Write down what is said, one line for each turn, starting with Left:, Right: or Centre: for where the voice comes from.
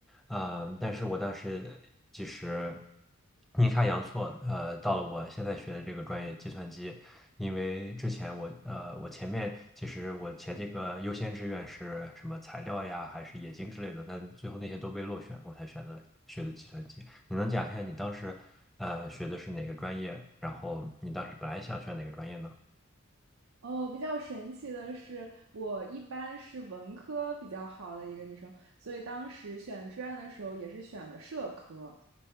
Centre: 呃，但是我当时其实阴差阳错，呃，到了我现在学的这个专业计算机，因为之前我呃，我前面其实我前几个优先志愿是什么材料呀，还是冶金之类的，但最后那些都被落选，我才选择学的计算机。你能讲一下你当时呃学的是哪个专业，然后你当时本来想选哪个专业呢？
Right: 哦，比较神奇的是，我一般是文科比较好的一个女生，所以当时选志愿的时候也是选的社科，